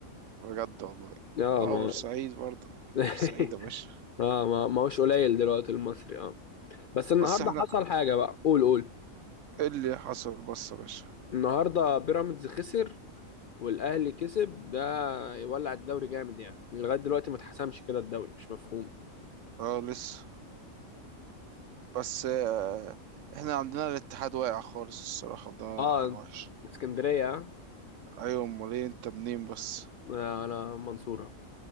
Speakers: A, on the right; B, on the left.
A: بجد والله
B: اه
A: اه
B: ما
A: بورسعيد برضو
B: <laughs>
A: بورسعيد يا باشا
B: اه ما ما هوش قليل دلوقتي المصري اه بس النهارده
A: بس احنا
B: حصل حاجه بقى قول قول
A: ايه اللي حصل بس يا باشا
B: النهارده بيراميدز خسر والاهلي كسب ده يولع الدوري جامد يعني لغايه دلوقتي ما اتحسمش كده الدوري مش مفهوم
A: اه لسه بس آه احنا عندنا الاتحاد واقع خالص الصراحة وده
B: اه
A: حاجة وحشة
B: اسكندريه آه.
A: أيوة أمال إيه أنت منين بس
B: لا انا منصورة